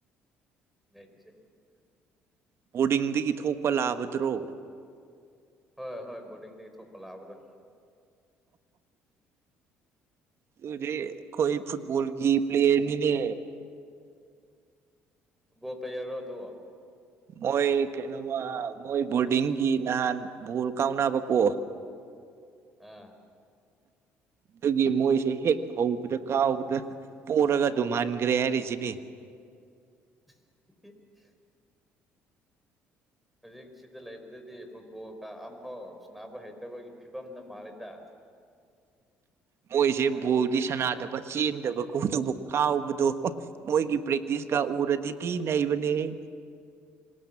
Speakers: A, in the centre; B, on the right.
A: ꯂꯩꯔꯤꯁꯦ
B: ꯕꯣꯔꯗꯤꯡꯗꯒꯤ ꯊꯣꯛꯄ ꯂꯥꯕꯗꯨꯔꯣ
A: ꯍꯣꯏ ꯍꯣꯏ ꯕꯣꯔꯗꯤꯡꯗꯒꯤ ꯊꯣꯛꯄ ꯂꯥꯕꯗꯣ
B: ꯗꯨꯗꯤ ꯈ‌ꯣꯏ ꯐꯨꯠꯕꯣꯜꯒꯤ ꯄ꯭ꯂꯌꯔ ꯅꯤꯅꯦ
A: ꯕꯣꯜ ꯄꯂꯥꯌꯔꯔꯣ ꯑꯗꯨꯕ‌ꯣ
B: ꯃꯣꯏ ꯀꯩꯅꯣꯃ ꯃꯣꯏ ꯕꯣꯔꯗꯤꯡꯒꯤ ꯅꯍꯥꯟ ꯕꯣꯜ ꯀꯥꯎꯅꯕꯀꯣ
A: ꯑꯥ
B: ꯑꯗꯨꯒꯤ ꯃꯣꯏꯁꯦ ꯍꯦꯛ ꯍꯧꯕꯗ ꯀꯥꯎꯕꯗ ꯄꯔꯒ ꯑꯗꯨꯝ ꯍꯟꯈ꯭ꯔꯦ ꯍꯥꯏꯔꯤꯁꯤꯅꯤ
A: <unintelligible> ꯍꯧꯖꯤꯛ ꯁꯤꯗ ꯂꯩꯕꯗꯗꯤ ꯐꯨꯠꯕꯣꯜ ꯀ ꯑꯝꯐꯥꯎ ꯁꯕ ꯍꯩꯇꯕꯒꯤ ꯐꯤꯕꯝꯗ ꯃꯜꯂꯦꯗꯥ
B: ꯃꯣꯏꯁꯦ ꯕꯣꯗꯤ ꯁꯅꯥꯗꯕ ꯆꯦꯟꯗꯕ ꯈꯣꯠꯇꯕꯨ ꯀꯥꯎꯕꯗꯣ ꯃꯣꯏꯒꯤ ꯄ꯭ꯔꯦꯛꯇꯤꯁꯀ ꯎꯔꯗꯤꯗꯤꯤ ꯅꯩꯕꯅꯦꯍ‌ꯦ